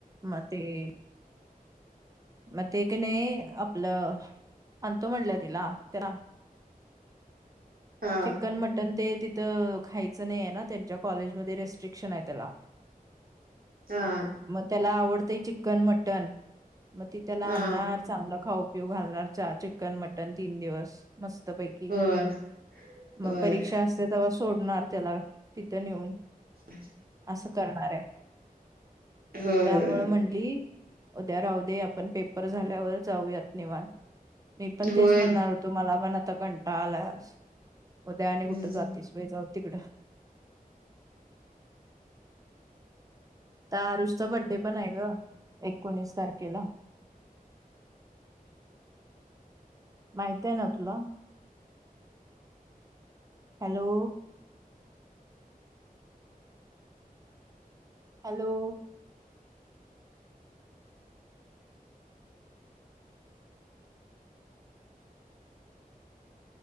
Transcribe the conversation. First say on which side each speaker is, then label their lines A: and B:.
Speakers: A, on the right; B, on the right.
A: म तेे मग ते कने आपलं अंतो म्हणलं तिला त्याला
B: हा
A: चिकन मटन ते तिथं खायचं नाही आहे ना त्यांच्या कॉलेजमध्ये रेस्ट्रिक्शन आहे त्याला.
B: हा.
A: मग त्याला आवडतंय चिकन मटन. मग ती त्याला
B: हा
A: आणणार चांगला खाऊ पिऊ घालणार चा चिकन मटन तीन दिवस. मस्त पैकी
B: होय
A: मग
B: होय
A: परीक्षा अस तेव्हा सोडणार त्याला तिथं नेऊन
B: <inaudible>
A: असं करणार आहे
B: होय होय
A: त्यामुळ म्हणली
B: होय.
A: उद्या राहू दे आप ण पेपर झाल्यावर जाऊयात निवानत मी पण
B: होय.
A: तेच म्हणणार मला पण आता कंटाळा आज उद्या आणि
B: हम्म
A: कुठं जातीस जाऊ तिकडं. तर आरुषचा बड्डे पण आहे ग एकोणीस तारखेला. माहितय ना तुला. हॅलो. हॅलो.